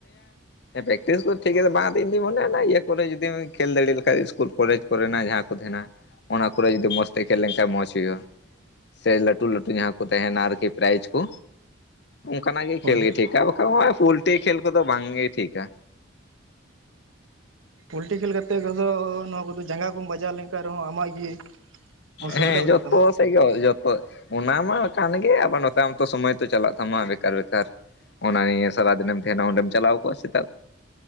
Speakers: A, on the left; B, on the right.
A: ᱯᱮᱠᱴᱤᱥ ᱫᱚ ᱴᱷᱤᱠᱟ. ᱲ ᱵᱟᱝ ᱛᱤᱧ ᱢᱚᱱᱮ ᱚᱱᱟ ᱤᱭᱟᱹ ᱠᱚᱨᱮ ᱡᱩᱫᱤᱢ ᱠᱷᱮᱞ ᱫᱟᱲᱮ ᱞᱮᱠᱟᱱᱡ ᱤᱥᱠᱩᱞ ᱠᱚᱞᱮᱡᱽ ᱠᱚᱨᱮᱱᱟᱜ ᱡᱟᱦᱟᱸ ᱠᱚ ᱛᱟᱦᱮᱱᱟ᱾ ᱚᱱᱟ ᱠᱚᱨᱮ ᱡᱩᱫᱤ ᱢᱚᱸᱡᱽ ᱛᱮ ᱠᱷᱮᱞ ᱞᱮᱱ ᱠᱷᱟᱱᱡ ᱢᱚᱸᱡᱽ ᱦᱩᱭᱩᱜᱼᱟ᱾ ᱥᱮ ᱞᱟᱹᱴᱩ ᱞᱟᱹᱴᱩ ᱡᱟᱦᱟᱸ ᱠᱚ ᱛᱟᱦᱮᱱᱟ ᱟᱨᱠᱤ ᱯᱨᱟᱭᱤᱡ ᱠᱚ᱾ ᱚᱱᱠᱟᱱᱟᱜ ᱜᱮ
B: ᱦᱳᱭ
A: ᱠᱷᱮᱞ ᱜᱮ ᱴᱷᱤᱠᱟ ᱵᱟᱠᱷᱟᱱ ᱱᱚᱜᱼᱚᱭ ᱯᱳᱞᱴᱤ ᱠᱷᱮᱞ ᱠᱚᱫᱚ ᱵᱟᱝ ᱜᱮ ᱴᱷᱤᱠᱟ
B: ᱯᱚᱞᱴᱤ ᱠᱷᱮᱞ ᱠᱟᱛᱮᱫ ᱠᱚᱫᱚ ᱱᱚᱣᱟ ᱠᱚᱫᱚ ᱡᱟᱸᱜᱟ ᱠᱚᱢ ᱵᱟᱡᱟᱣ ᱞᱮᱱᱠᱟᱱ ᱨᱮᱦᱚᱸ ᱟᱢᱟᱜ ᱜᱮ ᱚᱥᱩᱵᱤᱫᱷᱟ
A: ᱦᱮᱸ
B: ᱦᱩᱭᱩᱜ
A: ᱡᱚᱛᱚ
B: ᱛᱟᱢᱟ
A: ᱥᱮ ᱜᱮ ᱡᱚᱛᱚ ᱚᱱᱟ ᱢᱟ ᱠᱟᱱ ᱜᱮ ᱟᱵᱟᱨ ᱟᱢ ᱛᱚ ᱥᱚᱢᱚᱭ ᱛᱚ ᱪᱟᱞᱟᱜ ᱛᱟᱢᱟ ᱵᱮᱠᱟᱨ ᱵᱮᱠᱟᱨ ᱚᱱᱟ ᱱᱤᱭᱟᱹ ᱥᱟᱨᱟ ᱫᱤᱱᱮᱢ ᱛᱟᱦᱮᱸᱱᱟ ᱚᱸᱰᱮᱢ ᱪᱟᱞᱟᱣ ᱠᱚᱜᱼᱟ ᱥᱮᱛᱟᱜ